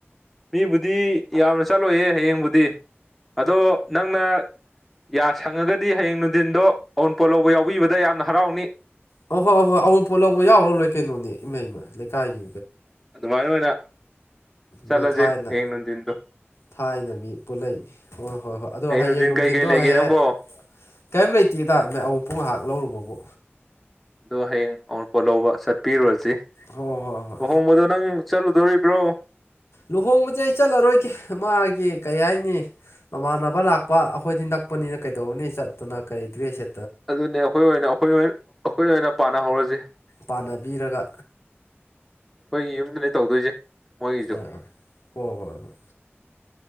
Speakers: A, in the centre; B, on the left.
A: ꯃꯤꯕꯨꯗꯤ ꯌꯥꯝ ꯆꯠꯂꯣꯏꯌꯦ ꯍꯌꯦꯡꯕꯨꯗꯤ ꯑꯗꯣ ꯅꯪꯅ ꯌꯥ ꯁꯪꯉꯒꯗꯤ ꯍꯌꯦꯡ ꯅꯨꯡꯊꯤꯟꯗꯣ ꯑꯎꯨꯟꯄꯣꯠ ꯂꯧꯕ ꯌꯥꯎꯕꯤꯕꯗ ꯌꯥꯝꯅ ꯍꯔꯥꯎꯅꯤ
B: ꯑꯣ ꯍꯣꯏ ꯍ ꯍꯣꯏ ꯑꯋꯄꯣꯠ ꯂꯧꯕ ꯌꯥꯎꯔ ꯂꯣꯏ ꯀꯩꯅꯣꯅꯦ ꯏꯃꯩꯃ ꯂꯩꯀꯥꯏꯒꯤ
A: ꯑꯗꯨ ꯃꯥꯏꯅ ꯑꯣꯏꯅ ꯆꯠꯂꯖꯦ
B: ꯃꯤ ꯊꯥꯏꯅ
A: ꯍꯌꯦꯡ ꯅꯨꯡꯊꯤꯟꯗꯣ
B: ꯊꯥꯏꯅ ꯃꯤ ꯄꯨꯜꯂꯛꯏꯅꯤ ꯍꯣꯏ ꯍꯣꯏ ꯍꯣꯏ ꯑꯗꯣ ꯍꯌꯦꯡ
A: ꯅꯨꯡꯊꯤꯟ
B: ꯅꯨꯡꯊꯤꯗꯣ
A: ꯀꯩꯀꯩ ꯂꯩꯒꯦ
B: ꯍꯌꯦꯛ
A: ꯅꯪꯕꯣ
B: ꯀꯩꯝ ꯂꯩꯇꯦꯗ ꯏꯃꯥꯏ ꯑꯎꯟꯄꯣꯠ ꯉꯥꯏꯍꯥꯛ ꯂꯧꯔꯨꯕꯕꯨ
A: ꯑꯗꯣ ꯍꯌꯦꯡ ꯑꯎꯨꯟ ꯄꯣꯠ ꯂꯧꯕ ꯆꯠꯄꯤꯔꯨꯔꯁꯤ
B: ꯍꯣꯏ ꯍꯣꯏ ꯍꯣꯏ
A: ꯂꯨꯍꯣꯡꯕꯗꯣ ꯅꯪ ꯆꯂꯨꯗꯧꯔꯤꯕ꯭ꯔꯣ
B: ꯂꯨꯍꯣꯡꯕꯁꯦ ꯑꯩ ꯆꯠꯂꯔꯣꯏꯒꯦ ꯃꯥꯒꯤ ꯀꯩ ꯍꯥꯏꯅꯤ ꯃꯃꯥꯟꯅꯕ ꯂꯥꯛꯄ ꯑꯩꯈꯣꯏꯗꯤ ꯅꯛꯄꯅꯤꯅ ꯀꯩꯗꯧꯅꯤ ꯆꯠꯇꯅ ꯀꯔꯤꯗ꯭ꯔꯦꯁ
A: ꯑꯗꯨꯅꯦ ꯑꯩꯈꯣꯏ ꯑꯣꯏꯅ ꯑꯩꯈꯣꯏ ꯑꯩꯈꯣꯏ ꯑꯣꯏꯅ ꯄꯥꯅ ꯍꯧꯔꯁꯤ
B: ꯄꯥꯟꯅꯕꯤꯔꯒ
A: ꯑꯩꯈꯣꯏꯒꯤ ꯌꯨꯝꯗꯅꯦ ꯇꯧꯗꯣꯏꯁꯦ ꯃꯣꯏꯒꯤ <unintelligible>
B: ꯑꯥ ꯍꯣꯏ ꯍꯣꯏ ꯍꯣꯏ